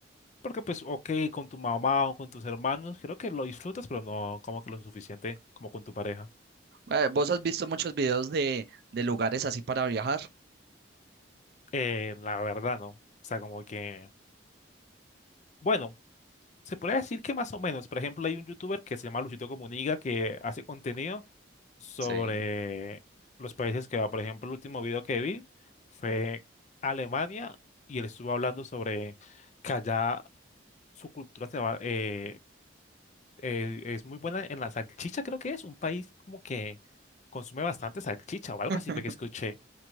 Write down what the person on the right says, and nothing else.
Eh, ¿vos has visto muchos videos de, de lugares así para viajar?
Sí,
<laughs>